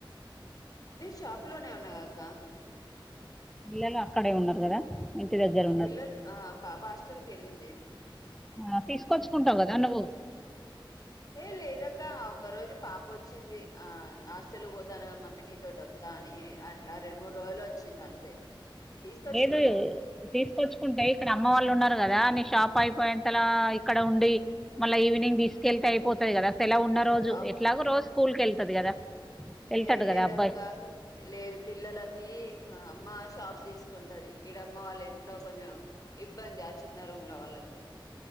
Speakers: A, on the left; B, in the centre.
A: నేను షాప్ లోనే ఉన్నాగాక్క
B: పిల్లలు అక్కడే ఉన్నారు కదా ఇంటి దగ్గర
A: ఆ
B: ఉన్నారు
A: పిల్లలు ఆ పాప హాస్టల్ కి ఎళ్ళింది
B: ఆ తీసుకొచ్చుకుంటవు కదా నువ్వు
A: ఏ లేదక్క ఒక్క రోజు పాప వచ్చింది ఆ హాస్టల్ పోతాను క మమ్మీ నీతోటి కానీ అట్లా రెండు మూడు రోజులు ఒచ్చింది అంతే తీసుకొచ్చుకొని
B: ఏదు తీసుకొచ్చుకుంటే ఇక్కడ అమ్మ వాళ్ళు ఉన్నారు కదా నీ షాప్ అయిపోయేంతలా ఇక్కడ ఉండి మళ్ళా ఈవినింగ్ తీసుకెళ్తే అయిపోతది కదా సెలవు ఉన్న రోజు
A: అమ్
B: ఎట్లాగో రోజు స్కూల్ కెళ్తది కదా వెళ్తాడు
A: ఏ లేదక్క
B: కదా అబ్బాయి
A: లేదు పిల్లల కి అమ్మ షాప్ తీసుకుంటది ఇడమ్మ వాళ్ళ ఇంట్లో కొంచెం ఇబ్బంది ఆ చిన్న రూమ్లా వాళ్ళకి